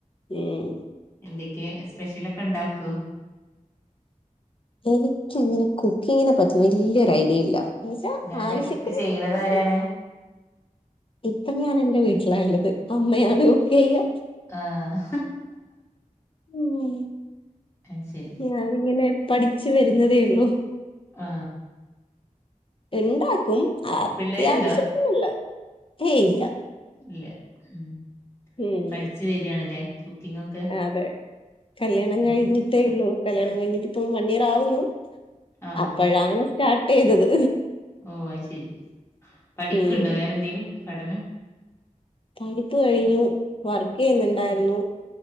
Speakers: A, on the left; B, on the left.
A: മ്മ്
B: എന്തൊക്കെ സ്പെഷ്യലൊക്കെ ഇണ്ടാക്കൂവോ
A: എനിക്കങ്ങനെ കുക്കിങ്ങിനെ പറ്റി വലിയൊരു ഐഡിയയില്ല ന്ന് വച്ചാ
B: പിന്നാരാ
A: ആവശ്യത്തിന്
B: കുക്ക് ചെയ്യണത്
A: ഉണ്ടാക്കും
B: ആരാണ്
A: ഇപ്പം ഞാൻ എ ഞാൻ വീട്ടിലാണുള്ളത് അമ്മയാണ് കുക്ക് ചെയ്യ
B: ആഹ്
A: മ്മ്
B: അത് ശരി
A: ഞാൻ ഇങ്ങനെ പഠിച്ചു വരുന്നതേ ഉള്ളൂ
B: ആ
A: എന്താക്കും അത്യാവശ്യത്തിന്നല്ലെ
B: പിള്ളേരുണ്ടോ
A: ഹേയ് ഇല്ല
B: ഇല്ലെ മ്
A: ഉം
B: പഠിച്ചു വരാണല്ലെ കുക്കിംഗ്‌ ഒക്കെ
A: അതെ കല്യാണം കഴിഞ്ഞിട്ടേ
B: ഉം
A: ഉള്ളൂ കല്യാണം കഴിഞ്ഞട്ടിപ്പോ വൺ ഇയർ ആവുന്നു
B: ആഹ്
A: അപ്പോഴാണ് സ്റ്റാർട്ട് ചെയ്തത്
B: ഓ അത് ശരി പഠിക്ക്ണ്ടോ
A: ഉം
B: വേറെ എന്തേങ്കലും പഠന
A: പഠിപ്പ് കഴിഞ്ഞു വർക്ക് ചെയ്യുന്നുണ്ടായിരുന്നു